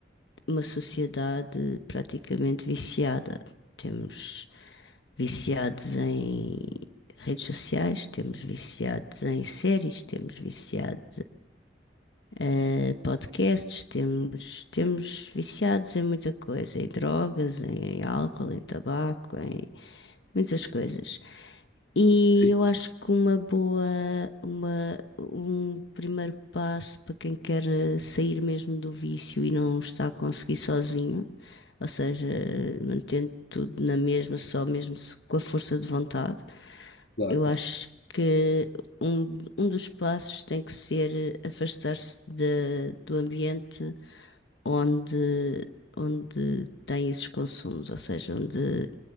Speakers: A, on the left (about 80°); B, on the left (about 65°).
A: uma sociedade praticamente viciada. Temos viciados em redes sociais, temos viciados em séries, temos viciados eh, podcasts, temos, temos viciados em muita coisa, em drogas, em, em álcool, em tabaco, em muitas coisas. E
B: Sim,
A: eu acho que uma boa, uma, um primeiro passo para quem quer eh, sair mesmo do vício e não está a conseguir sozinho, ou seja, eh, mantendo tudo na mesma, só mesmo se- com a força de vontade,
B: claro,
A: eu
B: claro.
A: acho que um, um dos passos tem que ser eh, afastar-se de- do ambiente onde, onde tem esses consumos, ou seja, onde